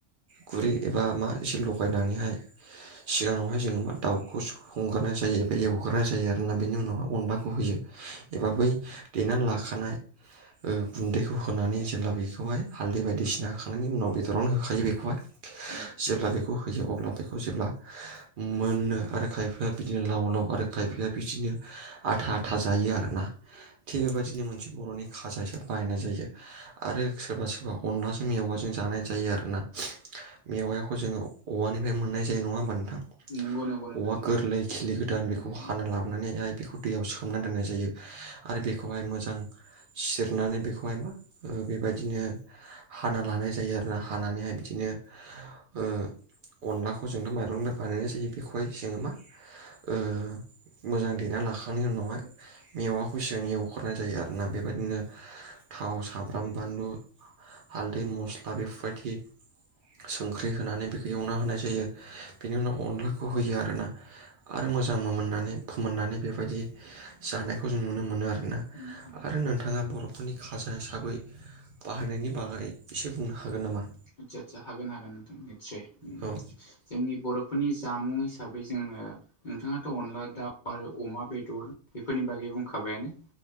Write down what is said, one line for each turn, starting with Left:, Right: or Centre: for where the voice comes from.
Right: गुरै एबा मा एसे लगायनानैहाय सिगाङावहाय जोङो मा दाउखौ संगारनाय जायो एबा एवगारनाय जायो आरो ना।
Left: उम
Right: बेनि उनावहा अनलाखौ होयो एबा बै देनानै लाखानाय ओ गुन्दैखौ होनानै जेब्ला बेखौहाय हालदै बायदिसिना होखांनायनि उनाव बेदरावनो होखायो बेखौहाय।
Left: उम
Right: जेब्ला बेखौ होयो अब्ला बेखौ जेब्ला मोनो आरो खायफाया बिदिनो लाव लाव आरो खायफाया बिदिनो आथा आथा जायो आरो ना। थिग बेबायदिनो मोनसे बर'नि खाजा हिसाबै बाहायनाय जायो। आरो सोरबा सोरबा अनलाजों मेवाजों जानाय जायो आरो ना। मेवायाखौ जोङो औवानिफ्राय मोननाय जायो नङा होमबा नोंथां।
Left: नंगौ नंगौ नोंथां
Right: औवा
Left: नंगौ
Right: गोरलै खिलि गोदान बेखौ
Left: उम
Right: हाना लाबोनानैहाय बेखौ दैयाव सोमनानै दोननाय जायो आरो बेखौहाय मोजां सिरनानै बेखौहाय मा ओ बेबायदिनो हाना लानाय जायो आरो ना। हानानैहाय बिदिनो ओ अनलाखौ जोंनो माइरंनि बानायनाय जायो बेखौहाय जोङो मा ओ मोजां देना लाखांनायनि उनावहाय मेवाखौ सिगां एवगारनाय जायो आरो ना। बेबायदिनो थाव सामब्राम बानलु हाल्दै मस्ला बेफोरबायदि संख्रि होनानै बेखौ एवना
Left: उम
Right: होनाय जायो। बेनि उनाव अनलाखौ होयो आरो ना। आरो मोजांबो मोननानै फोमोननानै बेबायदि जानायखौ जों नुनो मोनो आरो ना।
Left: उम उम
Right: आरो नोंथाङा बर' फोरनि खाजा हिसाबै बाहायनायनि बागै एसे बुंनो हागोन नामा?
Left: आदसा आदसा हागोन हागोन नोंथां निस्सय। उम
Right: औ।
Left: जोंनि बर'फोरनि जामुं हिसाबै जोङो नोंथाङाथ' अनला दाउ आरो अमा बेदर बेफोरनि बागै बुंखाबायानो।